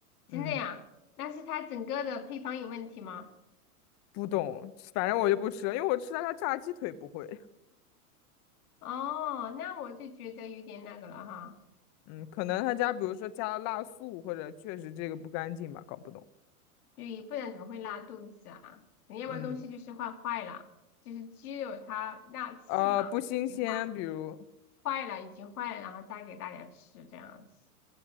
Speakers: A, on the left; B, on the left.
A: 真的呀？
B: 嗯，
A: 那是它整个的配方有问题吗？
B: 不懂，反正我就不吃了，因为我吃它它炸鸡腿不会。
A: 哦，那我就觉得有点那个了哈，
B: 嗯，可能他家比如说加了辣素，或者确实这个不干净吧，搞不懂。
A: 对，不然怎么会拉肚子啊？你要么东西就是坏坏了，
B: 嗯。
A: 就是鸡肉它那翅膀已经坏了，
B: 呃，不新鲜，比如，
A: 坏了已经坏了，然后再给大家吃这样子。